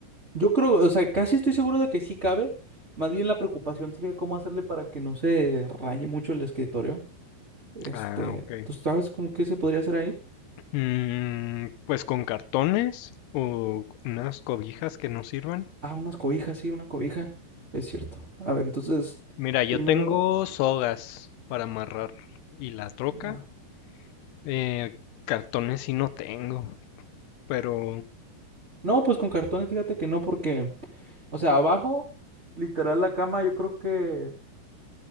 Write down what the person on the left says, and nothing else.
Ah, ok.
Mm, pues con cartones o unas cobijas que no sirvan.
Mira, yo
tengo sogas para amarrar y la troca.
Eh, cartones sí no tengo, pero